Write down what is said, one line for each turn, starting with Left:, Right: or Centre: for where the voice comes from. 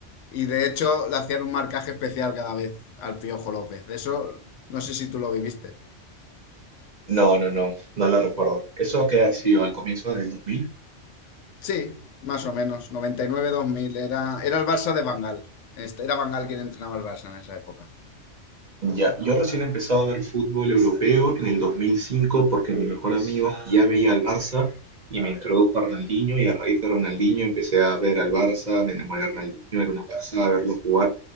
Left: y de hecho le hacían un marcaje especial cada vez al Piojo López. De eso no sé si tú lo viviste.
Right: No, no, no, no lo recuerdo. ¿Eso que ha sido al comienzo del 2000?
Left: Sí, más o menos, noventa y nueve dos mil era, era el Barça de Bangal. Este, Era Bangal quien entrenaba el Barça en esa época.
Right: Ya, yo recién he empezado a ver fútbol europeo en el 2005 porque mi mejor amigo ya veía al Barça y me introdujo a Ronaldinho y a raíz de Ronaldinho empecé a ver al Barça, me enamoré de Ronaldinho, era una pasada verlo jugar